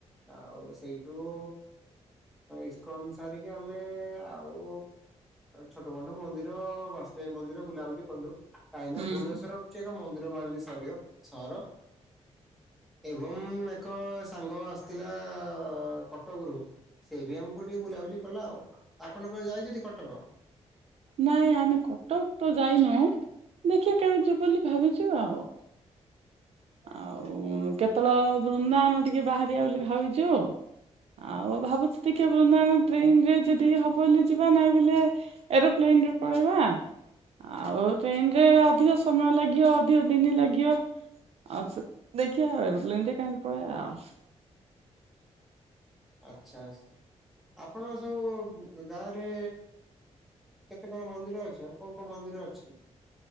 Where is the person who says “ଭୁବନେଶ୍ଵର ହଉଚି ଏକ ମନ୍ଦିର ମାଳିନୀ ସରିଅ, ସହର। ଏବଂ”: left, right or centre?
Centre